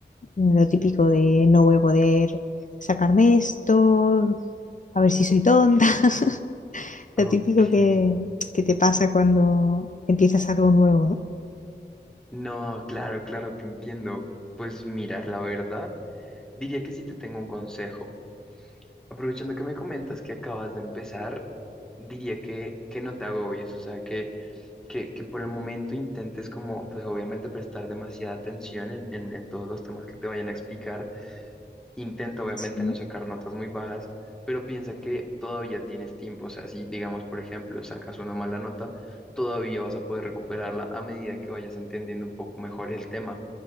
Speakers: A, on the left; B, in the centre.
A: lo típico de no voy a poder sacarme esto, a ver si soy tonta, <laughs>
B: Ok.
A: lo típico que, que te pasa cuando empiezas algo nuevo, ¿no?
B: No, claro, claro, te entiendo. Pues mirar, la verdad, diría que sí te tengo un consejo. Aprovechando que me comentas que acabas de empezar, diría que, que no te agobies, o sea, que, que, que por el momento intentes como, pues obviamente prestar demasiada atención en, en, en todos los temas que te vayan a explicar Intenta obviamente
A: Sí.
B: no sacar notas muy bajas, pero piensa que todavía tienes tiempo. O sea, si digamos, por ejemplo, sacas una mala nota, todavía vas a poder recuperarla a medida que vayas entendiendo un poco mejor el tema.